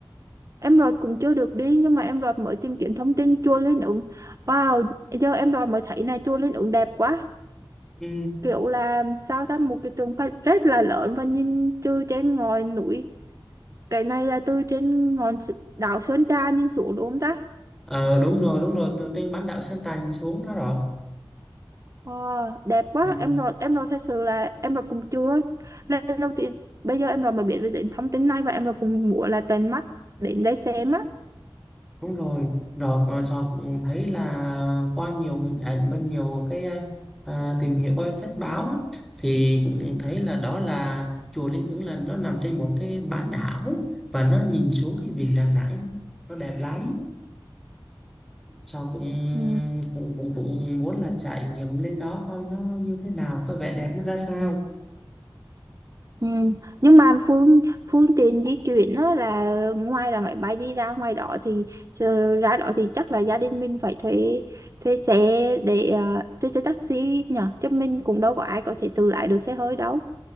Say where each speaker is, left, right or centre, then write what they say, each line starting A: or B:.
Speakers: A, on the right (about 40°); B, in the centre.
A: em Rọt cũng chưa được đi nhưng mà em Rọt mới tìm kiếm thông tin chùa Linh Ứng wow giờ em Rọt mới thấy này chùa Linh Ứng đẹp quá
B: ừ
A: kiểu là sao ta một cái tượng Phật rất là lớn và nhìn từ trên ngọn núi cái này là từ trên ngọn S- đảo Sơn Trà nhìn xuống đúng không ta
B: ờ đúng rồi đúng rồi từ trên bán đảo Sơn Trà nhìn xuống đó rồi
A: Wow, đẹp quá
B: ừ
A: em Rọt em Rọt thật sự là em Rọt cũng chưa lần đầu tiên bây giờ em Rọt mới biết về đến thông tin này và em Rọt cũng muốn là tận mắt đến đây xem á
B: Đúng rồi, rồi rồi Sọt thấy là qua nhiều hình ảnh và nhiều cái à, tìm hiểu qua sách báo á, thì cũng thấy là đó là chùa Linh Ứng là nó nằm trên một cái bán đảo và nó nhìn xuống cái vịnh Đà Nẵng nó đẹp lắm Sọt cũng
A: ừ.
B: cũng cũng cũng muốn là trải nghiệm lên đó coi nó như thế nào coi vẻ đẹp nó ra sao
A: Ừ. Nhưng mà phương phương tiện di chuyển đó là ngoài là máy bay đi ra ngoài đó thì ờ, ra đó thì chắc là gia đình mình phải thuê thuê xe để ờ, thuê xe taxi nhở chứ mình cũng đâu có ai có thể tự lái được xe hơi đâu